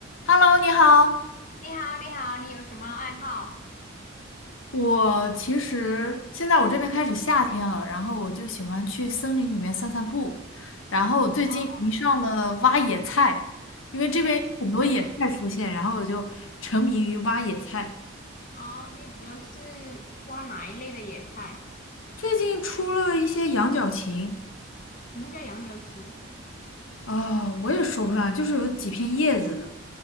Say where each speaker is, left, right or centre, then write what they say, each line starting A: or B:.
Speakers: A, on the left; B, on the left.
A: Hello，你好。
B: 你好，你好，你有什么爱好？
A: 我其实现在我这边开始夏天了，然后我就喜欢去森林里面散散步。然后我最近迷上了挖野菜，
B: 哦，
A: 因为这边有很多野菜出现，
B: <laughs>
A: 然后我就沉迷于挖野菜。
B: 哦，你主要是挖哪一类的野菜？
A: 最近出了一些羊角芹，
B: 什么叫羊角芹？
A: 啊、我也说不上来，就是有几片叶子的。